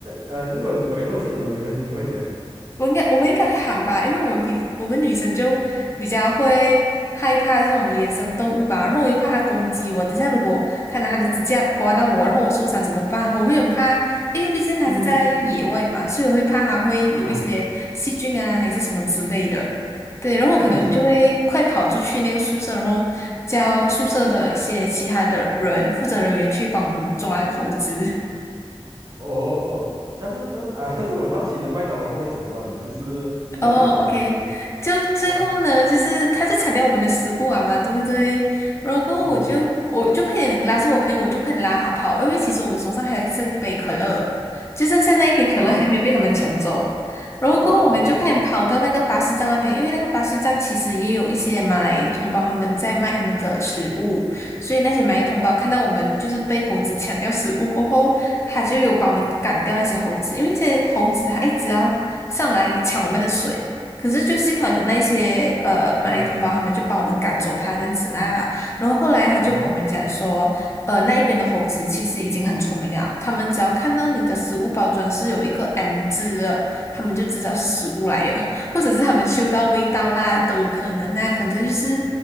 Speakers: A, on the right (about 40°); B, on the left (about 30°).
A: 呃，如果你 OK，如果是你们，你们会你们会讲，
B: 我应该我们应该会喊吧，因为我们比我们女生就比较会害怕这种野生动物吧，然后我又怕它攻击我，等下如果它拿它的指甲刮到我，然后我受伤怎么办？我会很怕，因为毕竟它是在野外嘛，
A: 嗯
B: 所以我会怕它会有一些细菌啊，
A: 啊
B: 还是什么之类的。对，然后我可能就会快跑出去那个宿舍，
A: 啊，对对
B: 然后叫宿舍的一些其他的人负责人员去帮我们抓那个猴子。
A: 哦，但是但是啊，<laughs> 但是我很好奇，那麦当劳后面怎么办呢？就是你也买过吗？
B: 哦，OK，
A: 还是
B: 就最后呢，
A: 嗯，
B: 就是他就强调我们的食物啊嘛，对不对？然后我就我就快点拉住我朋友，
A: 对对对
B: 我就快点拉他跑，因为其实我们手上还剩一杯可乐，就剩下那一杯可乐还没有被他们抢走。
A: 哦
B: 然后过后我们就快点跑到那个巴士站那边，
A: 哦，OK
B: 因为那个巴士站其实也有一些马来同胞他们在卖他们的食物。所以那些蚂蚁同胞看到我们就是被猴子抢掉食物过后，他就有帮我们赶掉那些猴子，因为那些猴子它一直要上来抢我们的水。可是就幸好有那些呃马来同胞，
A: 啊，
B: 他们就帮我们赶走它这样子啦。然后后来他就跟我们讲说，
A: 哦
B: 呃那一边的猴子其实已经很聪明了，他们只要看到你的食物包装是有一个 M 字的，他们就知道是食物来的。或者是他们嗅到味道啦，都有可能啊。反正就是，